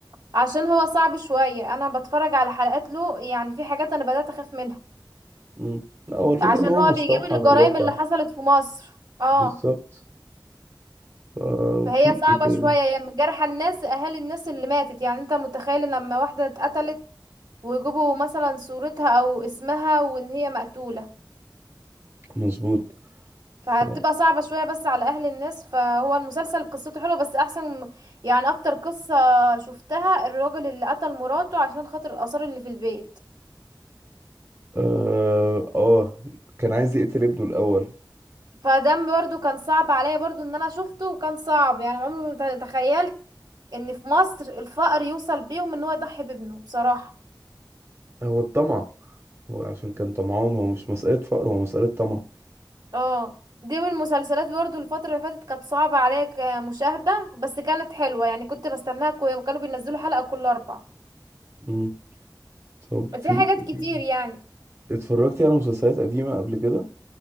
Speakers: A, on the right; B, on the right.
A: عشان هو صعب شوية انا بتفرج على حلقات له يعني في حاجات انا بدأت اخاف منها
B: امم لا هو الفكرة
A: عشان
B: ان هو
A: هو
B: مستوحى
A: بيجيب الجرائم
B: من الواقع
A: اللي حصلت في مصر اه
B: بالظبط آه
A: فهي
B: وفي
A: صعبة
B: ايه تاني
A: شوية يعني جرح الناس اهالي الناس اللي ماتت يعني انت متخيل لما واحدة اتقتلت ويجيبوا مثلا صورتها او اسمها وان هي مقتولة
B: مظبوط
A: فبتبقى
B: ف...
A: صعبة شوية بس على اهل الناس فهو المسلسل قصته حلوة بس احسن يعني اكتر قصة شفتها الراجل اللي قتل مراته عشان خاطر الاثار اللي في البيت
B: اه آه، كان عايز يقتل ابنه الاول
A: فده برضو كان صعب عليا برضو ان انا شفته وكان صعب يعني عمري ما تخيلت ان في مصر الفقر يوصل بيهم ان هو يضحي بابنه بصراحة
B: هو الطمع هو عشان كان طمعان هو مش مسألة فقر هو مسألة طمع
A: اه دي من المسلسلات برضو الفترة اللي فاتت كانت صعبة عليا كمشاهدة بس كانت حلوة يعني كنت بستناها كو- كانوا بينزلوا حلقة كل أربع
B: امم طب في
A: في حاجات
B: إيه
A: كتير
B: تاني؟
A: يعني
B: اتفرجتي على مسلسلات قديمة قبل كده